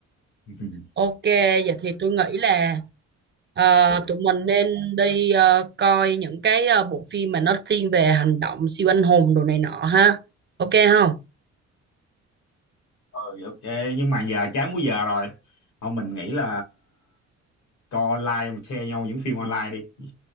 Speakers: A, on the left; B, on the right.
A: <laughs>
B: ok vậy thì tôi nghĩ là ờ, tụi mình nên đi ờ, coi những cái ờ, bộ phim mà nó thiên về hành động siêu anh hùng đồ này nọ ha ok không
A: ừ ok nhưng mà giờ chán quá giờ rồi thôi mình nghĩ là coi online mà share nhau những phim online đi